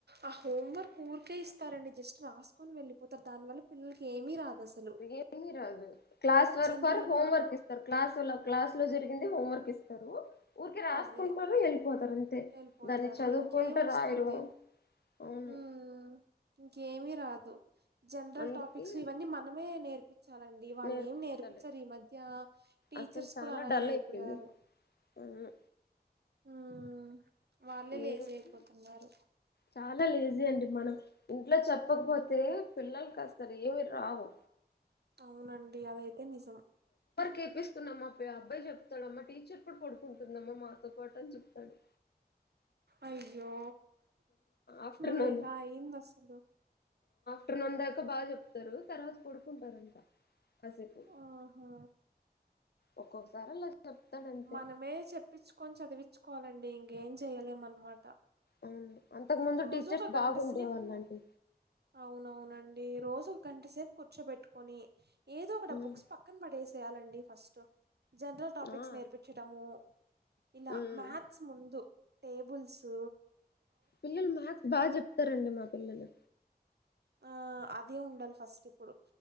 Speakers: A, on the right (about 75°); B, on the left (about 75°).
A: ఆ హోమ్వర్క్ కూర్ వర్క్ ఇస్తారండి జస్ట్ రాసుకొని వెళ్ళలిపోతారు దాని వల్ల పిల్లకి ఏమీ రాదు అసలు
B: ఏమి రాదు క్లాస్ వర్క్
A: జనరల్
B: ఆర్ హోమ్
A: గా
B: వర్క్ ఇస్తారు క్లాస్ క్లాస్ లో జరిగి కింద హోమ్ వర్క్ ఇస్తారు ఊరికె రాసుకుంటారు
A: అదే
B: వెళ్ళిపోతారు అంతే
A: వెళ్ళిపోతారు
B: దాన్ని చదువుకుంటే
A: ఇంకేం వస్తుంది
B: రాయరు అవును
A: ఉమ్ ఇంకేమీ రాదు జనరల్
B: అందుకే
A: టాపిక్స్ ఇవన్నీ మనమే నేర్పు చాలండి వాళ్ళు
B: నేర్పించాలి
A: ఏం నేర్పించారు ఈ మధ్య టీచర్స్
B: అసలు చాలా
A: కూడా అలానే
B: డల్
A: అయిపోయారు
B: అయిపోయింది అవును
A: ఉమ్ వాళ్ళే లేజీ
B: ఏమన్నా
A: అయిపోతున్నారు
B: చాలా లేజీ అండి మనం ఇంట్లో చెప్పకపోతే పిల్లలకి అసలు ఏమి రావు
A: అవునండి అదైతే నిజం
B: గపిస్తున్నామా అబ్బాయి చెప్తాడమ్మా టీచర్ కూడా పడుకుంటుంద అమ్మా మాతో పాటు చెప్తాడు
A: అయ్యో
B: ఆఫ్టర్నూన్
A: చూడు ఎలా అయ్యిందో అసలు
B: ఆఫ్టర్ నూన్ దాక బాగా చెప్తారు తర్వాత పొడకున్టారు అంటా కాసేపు
A: ఆహా
B: ఒక్కొక్కసారి అలా చెప్తాడు అంతే
A: మనమే చెప్పించుకొని చదివచ్చు తెలుసుకోవాలండి ఇంకేం చేయ్యలేం అనమాట
B: అవును అంతకు ముందు
A: రోజు
B: టీచర్స్
A: ఒక గంట
B: బాగుండే
A: సేపు
B: వాళ్ళండి
A: అవునవునండి రోజు ఒక గంట సేపు కూర్చోబెట్టుకొని ఏదో ఒకడ
B: ఉమ్,
A: బుక్స్ పక్కన పడేసేయాలండి ఫస్ట్ జనరల్ టాపిక్స్
B: ఆ
A: నేర్పించడము ఇలా
B: ఉమ్.
A: మ్యాథ్స్ ముందు టే బుల్సు
B: పిల్లలు మ్యాథ్స్ బాగా చెప్తారండి మా పిల్లలు
A: ఆ అవే ఉండాలి ఫస్ట్ ఇప్పుడు